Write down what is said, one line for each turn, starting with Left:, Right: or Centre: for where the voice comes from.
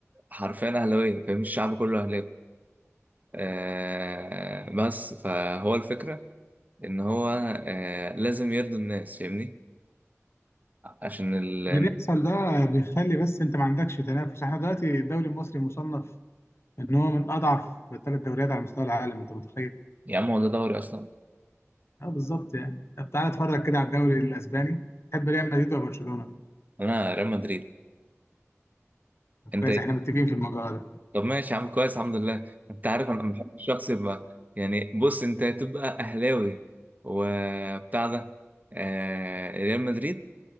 Right: حرفيا أهلاوية فاهم الشعب كله أهلاوي آه، بس فهو الفكرة إن هو آه، لازم يرضي الناس فاهمني عشان ال...
Left: اللي بيحصل ده بيخلي بس انت ما عندكش تنافس احنا دلوقتي الدوري المصري مصنف ان هو من اضعف ثلاث دوريات على مستوى العالم انت متخيل
Right: يا عم هو ده دوري أصلا
Left: اه بالظبط يعني طب تعالى اتفرج كده على الدوري الاسباني تحب ريال مدريد ولا برشلونه
Right: أنا ريال مدريد
Left: طب كويس
Right: أنت
Left: احنا متفقين في الموضوع ده
Right: طب ماشي يا عم كويس الحمد لله انت عارف انا بحب الشخص يبقى يعني بص انت تبقى اهلاوي وبتاع ده آه ريال مدريد